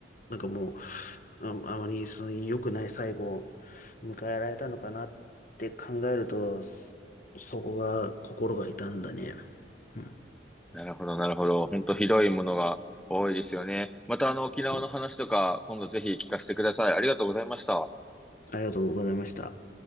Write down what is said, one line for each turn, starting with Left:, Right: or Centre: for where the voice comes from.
Left: なんかもう、あ、あまり、その、良くない最後を迎えられたのかなって考えると、そそこが、心が痛んだね。うん。
Centre: なるほど、なるほど。本当ひどいものが多いですよね。またあの沖縄の話とか、
Left: そう
Centre: 今度ぜひ聞かせてください。ありがとうございました。
Left: ありがとうございました。